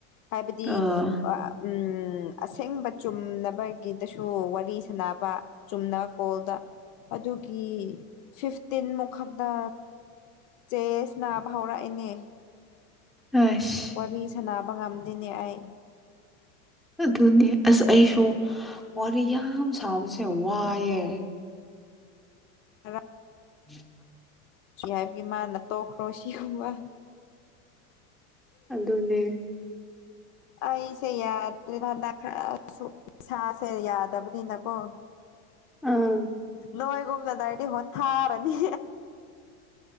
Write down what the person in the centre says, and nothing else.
ꯑꯥ
ꯑꯁ
ꯑꯗꯨꯅꯤ ꯑꯁ ꯑꯩꯁꯨ ꯋꯥꯔꯤ ꯌꯥꯝ ꯁꯥꯕꯁꯦ ꯋꯥꯏꯑꯦ
ꯎꯝ
ꯑꯗꯨꯅꯦ
ꯑꯥ